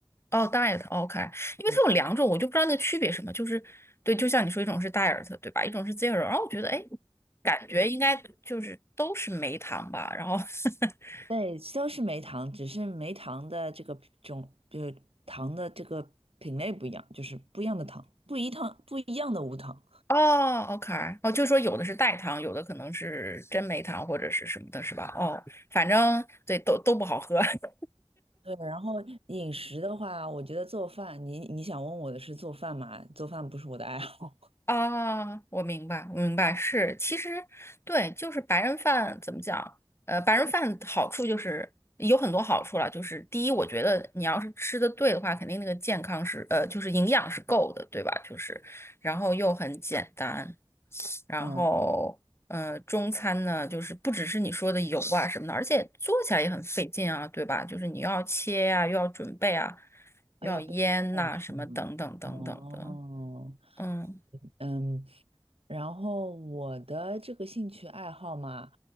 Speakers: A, on the left; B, on the right.
A: 哦，diet，OK，因为它有两种，
B: 嗯，
A: 我就不知道那区别什么。就是对，就像你说，一种是 diet，对吧？一种是 zero。然后我觉得，哎，感觉应该就是都是没糖吧。然后 <laughs>
B: 对，都是没糖，只是没糖的这个种就是糖的这个品类不一样，就是不一样的糖，不一糖不一样的无糖。
A: 哦，OK，哦，就说有的是代糖，有的可能是真没糖或者是什么的，是吧？哦，反正对，都都不好喝。<laughs>
B: 对，然后饮食的话，我觉得做饭，你你想问我的是做饭嘛？做饭不是我的爱好，
A: 啊，我明白，我明白，是，其实对，就是白人饭怎么讲？呃，白人饭好处就是有很多好处了，就是第一，我觉得你要是吃的对的话，肯定那个健康是，呃，就是营养是够的，对吧？就是，然后又很简单，然后呃，
B: <laughs> 嗯。
A: 中餐呢，就是不只是你说的油啊什么的，而且做起来也很费劲啊，对吧？就是你又要切呀、又要准备啊，
B: 哎呀，
A: 又要腌呐、
B: 被带出了。
A: 什么等等等等的，
B: 哦，
A: 嗯。
B: 嗯，然后我的这个兴趣爱好嘛，